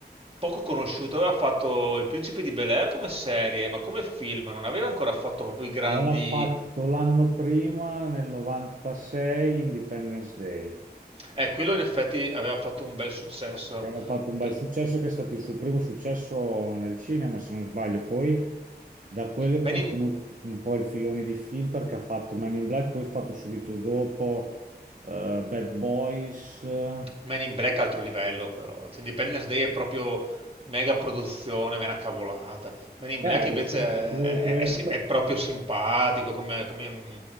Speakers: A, on the right; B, on the right.
A: poco conosciuto, aveva fatto Il Principe di Bel-Air come serie, ma come film non aveva ancora fatto proprio i grandi...
B: Aveva fatto l'anno prima, nel 96, Independence Day.
A: Eh, quello in effetti aveva fatto un bel successo.
B: che ha fatto un bel
A: Pe-
B: successo, che è stato il suo primo successo nel cinema, se non sbaglio. Poi da quello
A: Man
B: sono
A: in,
B: venuti un po' il filone di film perché ha fatto Man in Black, poi ha fatto subito dopo eh, Bad Boys. eh.
A: Men in Black è altro livello però, cioè, Independence Day è proprio mega produzione, ma è una cavolata. Men in
B: Eh,
A: Black invece
B: sì, sì,
A: è,
B: quello- quello-
A: è si- è proprio simpatico, come, come, mm,